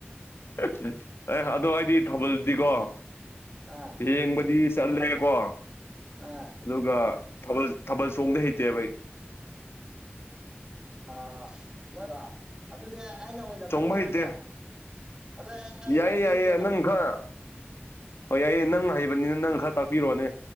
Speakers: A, on the left; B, on the right.
A: ꯍꯦ ꯍꯦ ꯍꯥ ꯑꯦ ꯑꯗꯣ ꯑꯩꯗꯤ ꯊꯥꯕꯜꯗꯤꯀꯣ
B: ꯑꯥ
A: ꯌꯦꯡꯕꯗꯤ ꯆꯠꯂꯦꯀꯣ
B: ꯑꯥ
A: ꯑꯗꯨꯒ ꯊꯥꯕꯜ ꯊꯥꯕꯜ ꯆꯣꯡꯗꯤ ꯍꯩꯇꯦꯕ ꯑꯩ
B: ꯑꯥꯁ ꯅ꯭ꯔ ꯑꯗꯨꯗꯤ ꯑꯩꯅ ꯑꯣꯏꯅ
A: ꯆꯣꯡꯕ
B: ꯇꯥꯛꯄꯤꯔꯒꯦ
A: ꯍꯩꯇꯦ
B: ꯑꯗꯣ ꯑꯩ
A: ꯌꯥꯏꯌꯦ
B: ꯇꯥꯛꯄꯤꯒꯦꯕ
A: ꯌꯥꯏꯌꯦ ꯅꯪ ꯈꯔ ꯍꯣ ꯌꯥꯏꯌꯦ ꯅꯪ ꯍꯩꯕꯅꯤꯅ ꯅꯪ ꯈꯔ ꯇꯥꯛꯄꯤꯔꯣꯅꯦ